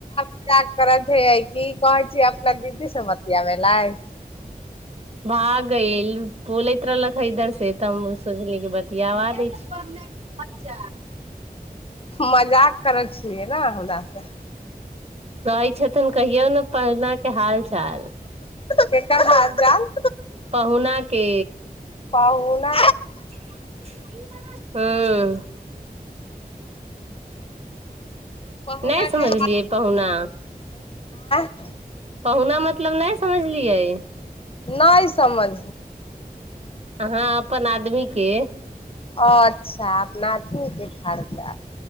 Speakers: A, on the left; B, on the right.
A: <unintelligible> की कहै छिय अपना दीदी मती आै लइ। <unintelligible>
B: भाग गेइल बोलैत रहलक ह इधर से तब हम सोचली कि बतियाव दै छी
A: मजाक। कर छलियै ने हमरा से।
B: कहैय छथिन कहियो ने पहुना के हाल चाल
A: केकर हाल चाल।
B: पहुुना के।
A: पाहूना
B: हँ।
A: पहुना
B: नहि समझलियै
A: के
B: पहुना
A: ह
B: पहुना मतलब नहि समझलियै।
A: नहि समझ
B: अहाँ अपन आदमीे के
A: ओ अच्छा अपना त एते खर्चा।